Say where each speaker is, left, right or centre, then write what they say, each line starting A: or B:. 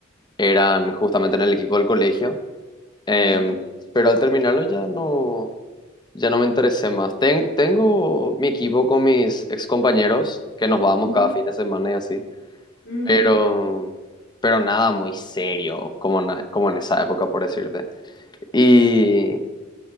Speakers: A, on the left; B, on the left.
A: eran justamente en el equipo del colegio.
B: ok.
A: Em, pero al terminarlo ya no, ya no me interesé más. Ten- tengo mi equipo con mis excompañeros, que nos vamos
B: Ujú.
A: cada fin de semana y así,
B: Mm,
A: pero,
B: ok.
A: pero nada muy serio, como, na- como en esa época, por decirte. Y,